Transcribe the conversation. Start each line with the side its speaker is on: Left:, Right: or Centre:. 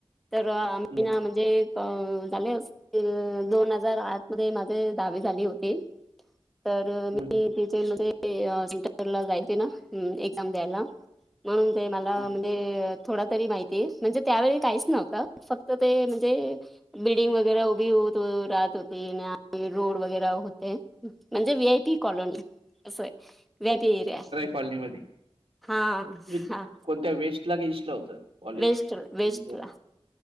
Centre: तर आम्ही
Right: हम्म,
Centre: ना म्हणजे एक झाले असं ते दोन हजार आठ मध्ये माझी दहावी झाली होती. तर
Right: हम्म,
Centre: मी
Right: हम्म,
Centre: तिथे म्हणजे अ सेंटरला जायची ना, एक्झाम द्यायला, तर मंग ते मला
Right: हम्म.
Centre: म्हणजे थोडा तरी माहितीये, म्हणजे त्यावेळी काहीच नव्हतं, फक्त ते म्हणजे बिल्डिग वगैरा उभी होतो राात होती, रोड वगैरा होते. म्हणजे वी आय पी कॉलोनी असंय,, व्हीआयपी एरिया.
Right: कॉलनी मध्ये,
Centre: हा
Right: तुम्ही
Centre: हा
Right: कोणत्या वेस्टला का ईस्टला होतं.? कॉलेज
Centre: वेस्ट
Right: तुमचं
Centre: वेस्टला